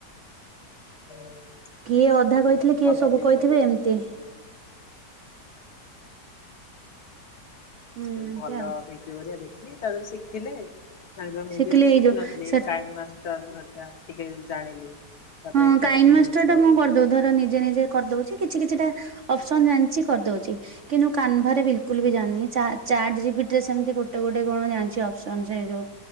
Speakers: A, on the left; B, on the right.
A: ହୁଁ।
B: କିଏ ଅଧା
A: ଇଏ
B: କହିଥିଲେ
A: ମାନେ
B: କିଏ
A: ଭଲ
B: ସବୁ
A: ଭିଡିଓ
B: କହିଥିବେ
A: ଦେଖ
B: ଏମିତି। ହୁଁ ଏମିତି
A: ଭଲ
B: ଆଉ
A: ବି ରିବା ଦେଖି ତାହାରୁ ଶିଖିଲେ ଜାଣିବ ମୁଁ
B: ଶିଖିଲି
A: ବି ଏତେ
B: ଏଇ
A: ଶିଖିନଥିଲି
B: ଯୋଉ ସେ
A: କାଇନ୍। <unintelligible> ଟିକେ ଜାଣିଲି। ତାପରେ
B: ହଁ
A: ଏଟା
B: କାଇଣ୍ଡ
A: ଟିକେ
B: ମାଷ୍ଟର
A: ୟୁଜ
B: ଟା
A: କରୁଛି
B: ମୁଁ କରିଦଉ ଧର ନିଜେ ନିଜେ କରିଦଉଛି କିଛି କିଛିଟା। ଅପସନ ଜାଣିଛି କରିଦଉଛି। କିନ୍ତୁ କାନଭାରେ ବିଲକୁଲ ବି ଜାଣିିନି ଚାଟ୍ ଜିପିଟି ରେ ସେମିତି ଗୋଟେ ଗୋଟେ କଣ ଜାଣିଛି ଅପସନ ସେ ଯୋଉ